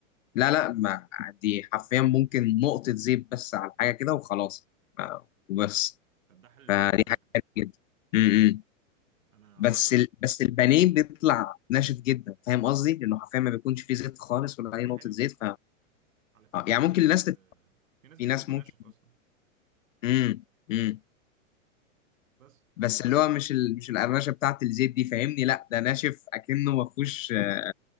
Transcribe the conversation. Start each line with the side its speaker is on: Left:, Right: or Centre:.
Left: لا لا ما دي حرفيا ممكن نقطة زيت بس على حاجة كده وخلاص ما- وبس
Right: فده حل
Left: فدي
Right: حلو على فكرة
Left: حاجة حلوة جدا امم
Right: انا عامة
Left: بس ال... بس البانيه بيطلع ناشف جدا فاهم قصدي؟ لأنه حرفيا ما بيكونش فيه زيت خالص ولا
Right: هو
Left: أي نقطة
Right: حلو
Left: زيت ف
Right: على فكرة
Left: آه، يعني
Right: في
Left: ممكن
Right: ناس
Left: الناس تت-
Right: آه، في ناس
Left: في
Right: بتحبه
Left: ناس ممكن
Right: ناشف اصلا
Left: امم امم
Right: بس
Left: بس اللي هو مش ال... مش القرمشة بتاعت الزيت دي فاهمني؟ لا ده ناشف أكنه ما فيهوش آه،